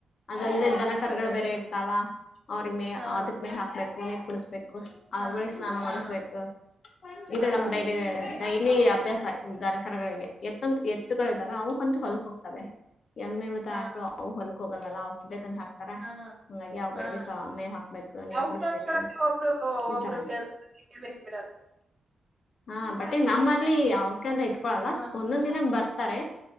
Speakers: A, on the left; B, on the right.
A: ಅದಂದೆ ದನ ಕರ್ಗಳು ಬೇರೆ ಇರ್ತಾವ ಅವ್ರಿಗ್ ಮೇ
B: ಹಾ
A: ಅದಕ್. ಮೆ ಹಾಕ್ಬೇಕು ನೀರು ಕುಡಸಬೇಕು. ಅವಳೇ
B: ಹಾ
A: ಸ್ನಾನ
B: ಹಾ
A: ಮಾಡಿಸ್ಬೇಕ ಇದು
B: ಹಾ
A: ನಮ್ ಡೈಲಿ. ಡೈಲಿ ಅಭ್ಯಾಸ ದನಕರಗಳಿಗೆ. ಎತ್ತಂತ ಎತ್ತುಗಳಿದ್ದಾವೆ ಅವು ಅಂತೂ ಹೊಲ್ಕ್ ಹೋಗತಾವೇ. ಎಮ್ಮೆ ಮತ್ತ
B: ಹಾ
A: ಆಕಳ ಅವು ಒಲಕ್ಕ್ ಹೋಗಲಲ್ಲ ಆವ್ಕ್ ತಂದ್ ಆಕ್ತಿನಿ. ತರ
B: ಹಾ ಹಾ
A: ಹಂಗಾಗಿ ಅವುಗಳಿಗೆ
B: ಹಾ
A: ಸ ಮೇವ ಹಾಕ್ಬೇಕ ನೀರ್
B: ಅವಕ್
A: ಕುಡಸ್ಬೇಕು
B: ನೋಡ್ಕೊಳಕ್ಕೆ ಒಬ್ರು
A: ಈತರ.
B: ಒಬ್ರು
A: <inaudible>
B: ಕೆಲ್ಸಕ್ಕೆ ಬೇಕ್ ಬಿಡಪ್ಪ
A: ಹಾ ಬಟ್ ನಮ್ಮಲ್ಲಿ ಯಾಕ ಅಂತ ಇಟ್ಕೊಳಲ್ಲ
B: ಹಾ
A: ಒಂದೊಂದ್ ದಿನ ಬರ್ತಾರೆ.